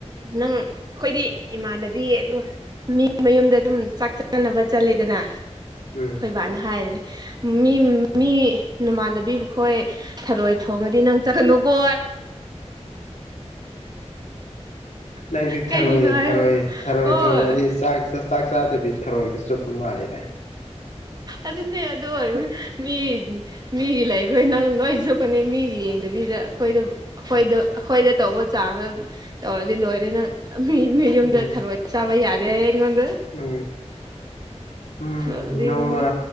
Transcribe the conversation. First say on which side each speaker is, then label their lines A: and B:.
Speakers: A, on the right (about 35°); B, on the left (about 85°).
A: ꯅꯪ ꯑꯩꯈꯣꯏꯗꯤ ꯏꯃꯥꯟꯅꯕꯤ ꯑꯗꯨꯝ ꯃꯤ ꯃꯌꯨꯝꯗ ꯑꯗꯨꯝ ꯆꯥꯛ ꯆꯥꯅꯕ ꯆꯠꯂꯦꯗꯅ
B: ꯎꯝ
A: ꯅ ꯍꯥꯏꯔꯤꯅꯦ ꯃꯤ ꯃꯤ ꯅꯃꯥꯟꯅꯕꯤ ꯈꯣꯏ ꯊꯔꯣꯏ ꯊꯣꯡꯉꯗꯤ ꯅꯪ ꯆꯠꯒꯅꯨꯀꯣ
B: ꯅꯪꯗꯤ
A: ꯀꯩꯒꯤꯅꯣ
B: ꯊꯔꯣꯏ
A: ꯍꯥꯏꯔꯒ
B: ꯊꯔꯣꯏ ꯊꯔꯣꯏ
A: ꯍꯣꯏ
B: ꯊꯣꯡꯉꯗꯤ ꯆꯥꯛ ꯆ ꯆꯥꯛ ꯆꯥꯗꯕꯤ ꯈꯥꯛꯇ ꯆꯨꯞꯄ ꯃꯥꯜꯂꯦꯗ
A: ꯑꯗꯨꯅꯦ ꯑꯗꯨ ꯑꯣꯏ ꯃꯤ ꯃꯤꯒꯤ ꯂꯩꯔꯣꯏ ꯅꯪ ꯂꯣꯏ ꯆꯨꯞꯀꯅꯤ ꯃꯤꯒꯤ ꯌꯦꯡꯗꯕꯤꯗ ꯑꯩꯈꯣꯏꯗ ꯑꯩꯈꯣꯏꯗ ꯑꯩꯈꯣꯏꯗ ꯇꯧꯕ ꯆꯥꯡꯗ ꯇꯧꯔꯗꯤ ꯂꯣꯏꯔꯦ ꯅꯪ ꯃꯤ ꯃꯤ ꯌꯨꯝꯗ
B: ꯎꯝ
A: ꯊꯔꯣꯏ ꯆꯥꯕ ꯌꯥꯗꯦ ꯑꯩꯉꯣꯟꯗ
B: ꯎꯝ ꯎꯝ
A: ꯅꯣꯛꯅꯤꯡꯕꯅꯦ
B: ꯅꯣꯡꯃ